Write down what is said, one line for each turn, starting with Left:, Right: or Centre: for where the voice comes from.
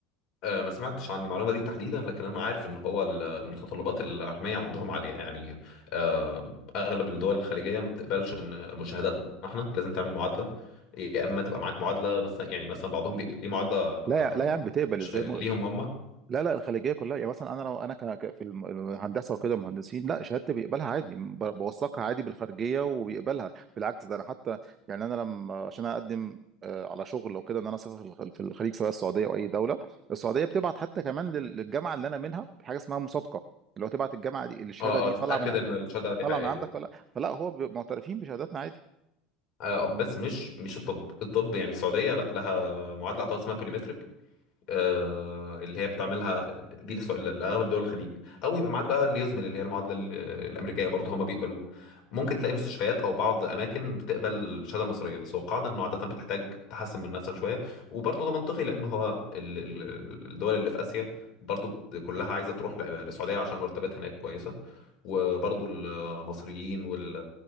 Left: آه، ما سمعتش عن المعلومة دي تحديدا لكن أنا عارف إن هو ال- المتطلبات العلمية عندهم عالية يعني آه، أغلب الدول الخليجية ما بتقبلش إن مشاهداتنا إحنا لازم تعمل معادلة يا إما تبقى معاك معادلة مثلا يعني مثلا بعضهم بي... ليه معادلة آه،
Right: لا يا- لا يا عم بتقبل
Left: ش-
Right: ازاي
Left: ليهم هم اه
Right: لا لا الخليجيه كلها يعني مثلا انا لو انا ك- ك- في الم- الهندسه وكده مهندسين لا شهادتي بيقبلها عادي ب- بوثقها عادي بالخارجيه وبيقبلها بالعكس ده انا حتى يعني انا لما عشان اقدم آه، على شغل او كده ان انا اسافر في الخ- في الخليج سواء السعوديه او اي دوله السعوديه بتبعت حتى كمان لل- للجامعه اللي انا منها حاجه اسمها مصادقه اللي هو تبعت الجامعه دي الشهاده
Left: اه
Right: دي
Left: تتأكد
Right: طالعه من
Left: إن الشهادة دي
Right: طالعه
Left: حقيقية
Right: من عندك ولا فلا هو بيبقوا معترفين بشهاداتنا عادي
Left: آه، بس مش مش الطب الطب يعني السعودية لا، لها معادلة أعتقد اسمها بوليمتريك آه، اللي هي بتعملها دي لس- لاغلب دول الخليج او يبقى معاك بقى اليوزمل اللي هي المعادله ال- الامريكيه برضه هما بيقبلوه ممكن تلاقي مستشفيات او بعض اماكن بتقبل الشهاده المصريه بس هو قاعده انه عاده بتحتاج تحسن من نفسك شويه وبرضه ده منطقي لان هو ال- ال- الدول اللي في اسيا برضه كلها عايزه تروح ل- للسعوديه عشان مرتبات هناك كويسه وبرضه المصريين وال